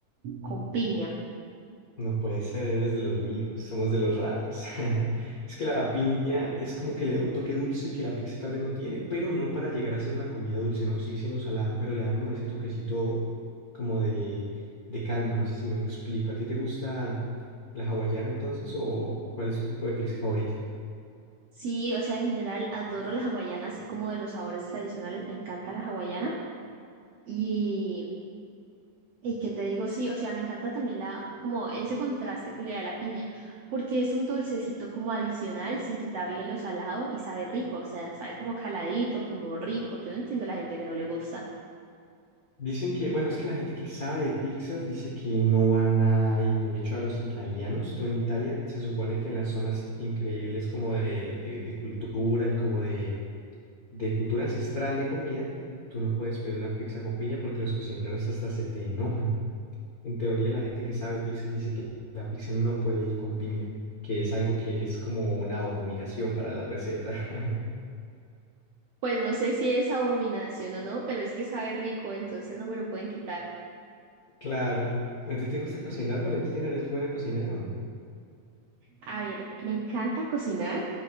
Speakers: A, on the right; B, on the left.
A: Con piña.
B: No puede ser, eres de los míos, somos de los raros. <laughs> Es que la piña es como que le da un toque dulce que la pizza tal vez no tiene, pero no para llegar a ser una comida dulce, no, sigue siendo salada, pero le da como ese toquecito como de, de calma. No sé si me explico. ¿A ti te gusta la hawaiana entonces o, o cuál es tu tipo de pizza favorita?
A: Sí, o sea, en general adoro las hawaianas, así como de los sabores tradicionales, me encanta la hawaiana. Y, y qué te digo, sí, o sea, me encanta también la, como ese contraste que le da la piña, porque es un dulcecito como adicional, sin quitarle lo salado y sabe rico, o sea, sabe como caladito, como rico. Yo no entiendo a la gente que no le gusta.
B: Dicen que, bueno, es que la gente que sabe de pizzas dice que no va nada ahí. De hecho, a los italianos, tú en Italia, se supone que en las zonas increíbles como de, de, de cultura y como de, de cultura ancestral de comida, tú no puedes pedir una pizza con piña porque los cocineros hasta se te enojan. En teoría, la gente que sabe de pizzas dice que la pizza no puede ir con piña, que es algo que es como una abominación para la receta. <laughs>
A: Pues no sé si es abominación o no, pero es que sabe rico, entonces no me lo pueden quitar.
B: Claro. ¿A ti te gusta cocinar, Valentina? ¿Eres buena cocinera o no?
A: A ver, me encanta cocinar,